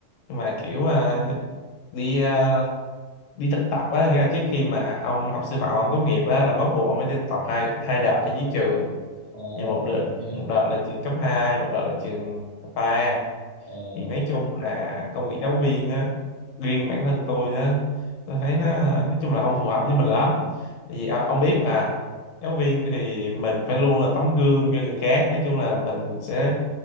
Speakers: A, on the left; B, on the left.
A: nhưng mà kiểu ờ, đi ờ, đi thực tập á nghĩa là trước khi mà ông học sư phạm ông tốt nghiệp á là bắt buộc ông phải đi thực tập hai hai đợt ở dưới trường
B: ồ
A: thì một đợt
B: nha
A: một đợt là trường cấp hai một đợt là trường cấp ba
B: ồ
A: thì nói chung là công việc giáo viên á riêng bản thân tôi á tôi thấy nó nói chung là không phù hợp với mình lắm tại vì à, ông biết mà giáo viên thì mình phải luôn là tấm gương cho người khác nói chung là mình sẽ